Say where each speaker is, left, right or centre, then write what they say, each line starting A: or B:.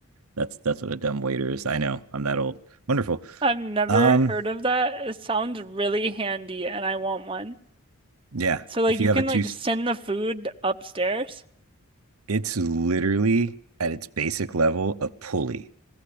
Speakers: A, on the right; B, on the right.
A: That's that's what a dumb waiter is. I know. I'm that old. Wonderful.
B: I've never
A: Um,
B: heard of that. It sounds really handy and I want one.
A: yeah.
B: So like
A: If you
B: you
A: have
B: can
A: a two,
B: like send the food upstairs.
A: it's literally at its basic level a pulley